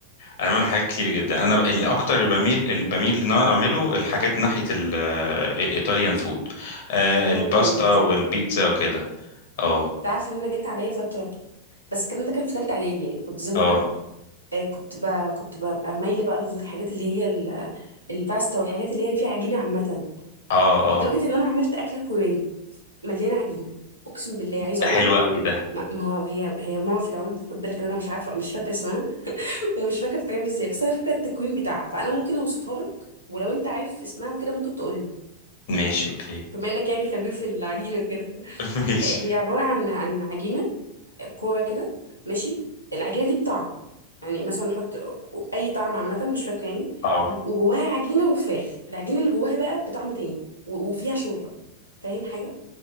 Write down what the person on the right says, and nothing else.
ايطاليا
ان شاء
الله
تعرف ان انا جت عليا فتره بس الكلام ده كان في ثالثه اعدادي يعني كنت زمان
قوي آه كنت بقى كنت ببقى مايله بقى للحاجات اللي هي ال- الباستا والحاجات اللي هي فيها عجينه عامه
لدرجه ان انا عملت اكله كوريه مليانه عجينه اقسم بالله عايزه
اقول
لك
ما ما هو هي هي ماما في العمر خد بالك ان انا مش عارفه مش فاكره اسمها ومش فاكره بتتعمل ازاي بس انا فاكره التكوين بتاعها فانا ممكن اوصفها لك ولو انت عارف اسمها وكده ممكن تقول لي
بما انك يعني خبير في العجينه كده
هي هي عباره عن عن عجينه كوره كده ماشي العجينه دي بطعم يعني مثلا نحط اي طعم عامه مش فاكره يعني
وجواها عجينه وفراخ العجينه اللي جواها بقى بطعم تاني و- وفيها شوربه فاهم حاجه